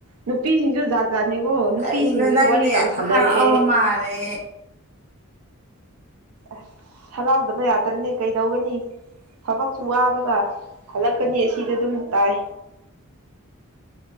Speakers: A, on the right; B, on the right.
A: ꯅꯨꯄꯤꯁꯤꯡ ꯖꯥꯅꯤꯀꯣ ꯅꯨꯄꯤꯁꯤꯡꯁꯨ
B: ꯀꯔꯤꯅꯣ ꯅꯪꯗꯤ
A: ꯋꯥꯔꯤ ꯌꯥꯝ ꯁꯥꯟꯅꯔꯛꯑꯦ
B: ꯍꯔꯥꯎꯕ ꯃꯥꯜꯂꯦ
A: ꯑꯁ ꯍꯔꯥꯎꯗꯕ ꯌꯥꯗ꯭ꯔꯅꯦ ꯀꯩꯗꯧꯒꯅꯤ ꯊꯕꯛꯁꯨ ꯋꯥꯕꯒ ꯍꯜꯂꯛꯀꯅꯤ ꯑꯁꯤꯗ ꯑꯗꯨꯝ ꯇꯥꯏ